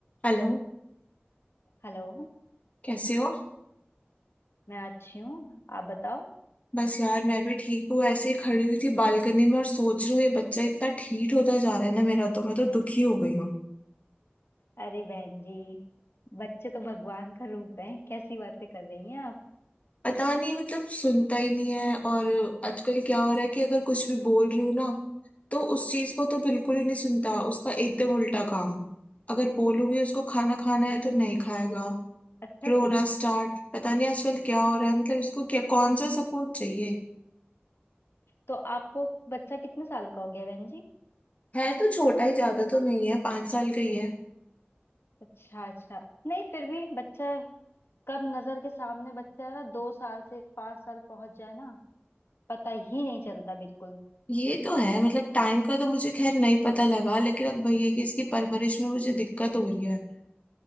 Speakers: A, on the left; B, on the left.
A: Hello
B: Hello
A: कैसे हो
B: मैं अच्छी हूँ आप बताओ
A: बस यार मैं भी ठीक हूँ ऐसे ही खड़ी हुई थी बालकनी में और सोच रही हूँ ये बच्चा इतना ठीक होता जा रहा है ना मेरा तो मैं तो दुखी हो गई हूँ
B: अरे बहन जी बच्चे तो भगवान का रूप है कैसी बातें कर रही हैं आप
A: पता नहीं मतलब सुनता ही नहीं है और आजकल क्या हो रहा है कि अगर कुछ भी बोल रही हूँ ना तो उस चीज को तो बिल्कुल
B: हम्म,
A: ही नहीं सुनता उसका एकदम उल्टा काम अगर बोलूंगी उसको खाना खाना है तो नहीं खाएगा
B: अच्छा
A: रोना
B: जी
A: स्टार्ट पता नहीं आजकल क्या हो रहा है मतलब इसको
B: हाँ
A: क्या कौन सा सपोर्ट चाहिए
B: तो आपको बच्चा कितने साल का हो गया बहन जी
A: है तो छोटा ही ज्यादा तो नहीं है पांच साल का ही है
B: अच्छा अच्छा नहीं फिर भी बच्चा कब नजर के सामने बच्चा है ना दो साल से पांच साल पहुंच जाए ना पता ही नहीं चलता बिल्कुल
A: ये तो है मतलब टाइम का तो मुझे खैर नहीं पता लगा लेकिन अब वही है कि इसकी परवरिश में मुझे दिक्कत हो रही है